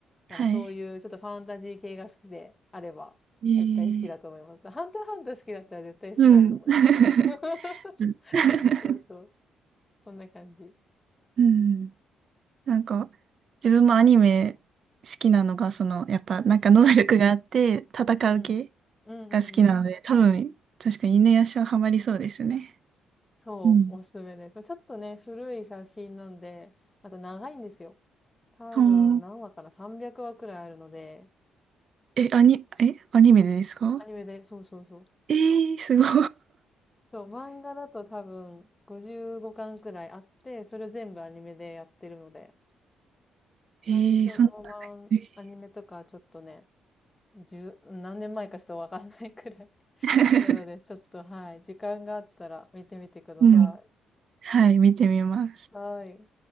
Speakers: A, on the left; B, on the right.
A: なんかそういうちょっとファンタジー系が好きであれば、
B: あ、はい。ええ
A: 絶対好きだと思います。ハンターハンター好きだったら絶対好きだと思います。
B: うん。<laughs>
A: <laughs>
B: うん。<laughs>
A: そうそう。<laughs> そんな感じ。
B: うんなんか、自分もアニメ好きなのが、その、やっぱ、
A: うん
B: なんか能力があって、戦う系
A: うんうんうん。うんうんうん。
B: が好きなので、多分、確かに犬夜叉ハマりそうですね。
A: そう、
B: うん。
A: おすすめです。ちょっとね、古い作品なんで、また長いんですよ。多分何話かな
B: ほー
A: ?300 話くらいあるので、
B: え、アニ、え、アニメでですか
A: アニメで、そうそうそう。
B: ええーすごい。
A: そう、漫画だと多分55巻くらいあって、それ全部アニメでやってるので、
B: <laughs>
A: 最初の
B: ええーそんな
A: 漫、
B: 長い、
A: アニメとかちょっとね、十、何年前かちょっとわかんないくらい。<laughs>
B: <laughs>
A: なので、ちょっと、はい、時間があったら見てみてくださ
B: うん。はい、見てみます。
A: い。はい。